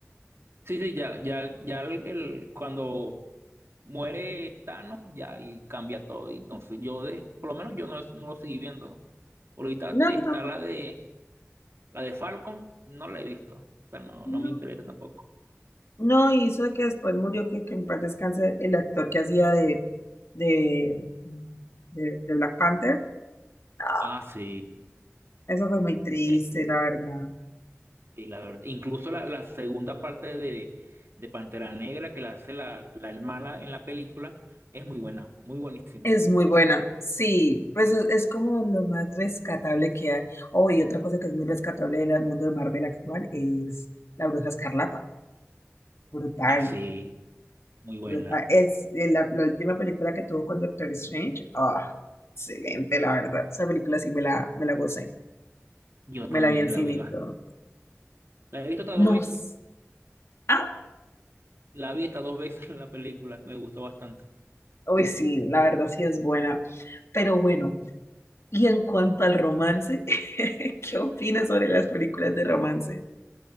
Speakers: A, on the right; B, on the left.
A: Sí, sí, ya, ya, ya el, el- cuando muere Thanos ya y cambia todo. Y entonces yo de, por lo menos yo no, no lo seguí viendo. Ahorita
B: No,
A: está
B: yo tampoco,
A: la de la de Falcon, no la he visto, pero no,
B: no.
A: no me interesa tampoco.
B: No, y eso de que después murió, que, que en paz descanse el actor que hacía de, de, de, de Black Panther. No,
A: Ah, sí.
B: eso fue muy triste,
A: Eh,
B: la verdad.
A: y la verdad- incluso la, la segunda parte de, de Pantera Negra que la hace la, la hermana en la película es muy buena, muy buenísima.
B: Es muy buena, sí, pues es, es como lo más rescatable que hay. Oh, y otra cosa que es muy rescatable del mundo de Marvel actual es La Bruja Escarlata. Brutal.
A: Ah, sí, muy buena.
B: Brutal. Es eh, la, la última película que tuvo con Doctor Strange. Ah, excelente, la verdad. Esa película sí me la, me la gocé.
A: Yo
B: Me
A: también
B: la vi en cine
A: la vi.
B: y
A: bast-
B: todo.
A: La he visto hasta
B: Nos.
A: dos veces.
B: Ah,
A: La vi hasta dos veces <laughs> en la película. Me gustó bastante.
B: uy, sí, la verdad sí es buena. Pero bueno, y en cuanto al romance, <laughs> ¿qué opinas sobre las películas de romance?